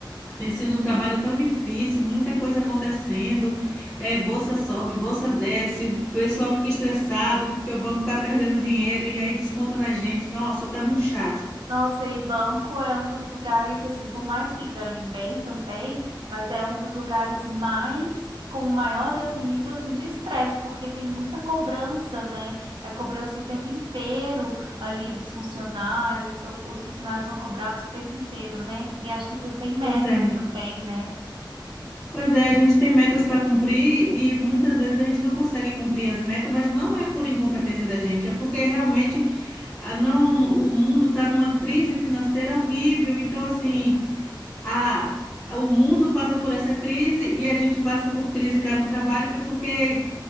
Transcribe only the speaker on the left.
tem sido um trabalho tão difícil, muita coisa acontecendo, é, bolsa sobe, bolsa desce, o pessoal fica estressado porque o banco está perdendo dinheiro e aí desconta na gente. Nossa, tá muito chato.
Pois é.
Pois é, a gente tem metas para cumprir e muitas vezes a gente não consegue cumprir as metas, mas não é por incompetência da gente, é porque realmente a não, o mundo está numa crise financeira horrível. Então, assim, a, a- o mundo passa por essa crise e a gente passa por crise cá no trabalho porque